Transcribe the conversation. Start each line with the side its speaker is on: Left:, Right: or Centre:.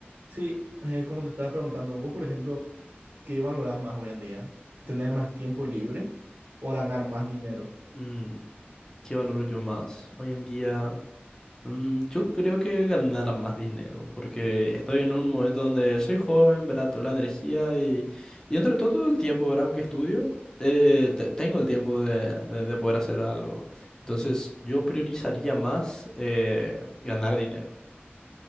Right: Sí, eh, como te estaba preguntando, vos, por ejemplo, ¿qué valorás más hoy en día? ¿Tener más tiempo libre o ganar más dinero?
Left: Mm, ¿qué valoro yo más? Hoy en día, mm, yo creo que ganar más dinero, porque estoy en un momento donde soy joven, ¿verdad? Tengo la energía y, y entre todo, todo el tiempo, ¿verdad? Aunque estudio, eh, te- tengo el tiempo de, de- de poder hacer algo. Entonces, yo priorizaría más eh, ganar dinero,